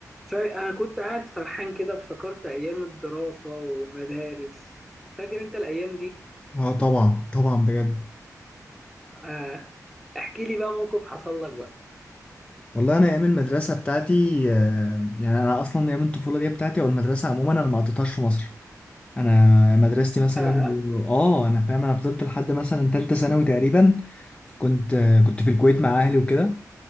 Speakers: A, in the centre; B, on the left.
A: فأنا كنت قاعد سرحان كده افتكرت أيام الدراسة والمدارس فاكر أنت الأيام دي؟
B: اه طبعا طبعا بجد
A: آه احكي لي بقى موقف حصل لك بقى
B: والله انا ايام المدرسه بتاعتي آه، يعني انا اصلا ايام الطفوله دي بتاعتي او المدرسه عموما انا ما قضيتهاش في مصر انا مدرستي مثلا
A: آه
B: اه انا فاهم انا فضلت لحد مثلا تالتة ثانوي تقريبا كنت آه، كنت في الكويت مع اهلي وكده